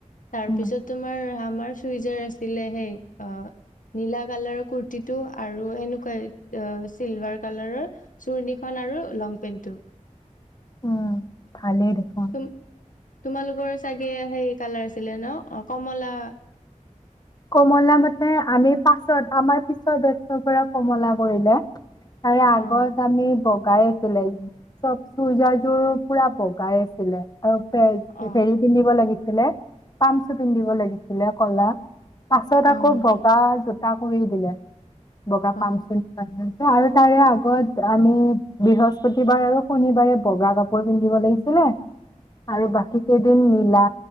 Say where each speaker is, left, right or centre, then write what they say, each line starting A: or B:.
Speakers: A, on the left (about 80°); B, on the left (about 30°).
A: তাৰ
B: উম,
A: পিছত তোমাৰ আমাৰ চুইজাৰ আছিলে সেই অ', নীলা কালাৰৰ কুুৰ্তীটো আৰু এনেকুৱাই চিলভাৰ কালাৰৰ চুৰ্নিখন আৰু লং পেন্টটো।
B: উম। ভালেই দেখোন।
A: তুম তোমালোকৰ চাগে সেই কালাৰ আছিলে ন' অ', কমলা
B: কমলা মানে আমি পাছত আমাৰ পিছৰ বেটছ পৰা কমলা কৰিলে। তাৰে আগত
A: অ
B: আমি ব পকাই আছিলে চব চুৰ্যাযোৰ পুৰা বগাই আছিলে আৰু।
A: অ
B: হেৰি পিন্ধিব লাগি ছিলে পামচু পিন্ধিব লাগিছিলে ক'লা। পাছত আকৌ
A: অ
B: বগাত তাকৰি দিলে বগা পামচু
A: অ
B: <unintelligible> আৰু তাৰে আগত আমি বৃহস্পতিবাৰ আৰু শনিবাৰে বগা কাপোৰ পিন্ধিব লাগিছিলে।
A: অ
B: আৰু
A: অ
B: বাকী কেইদিন নি লা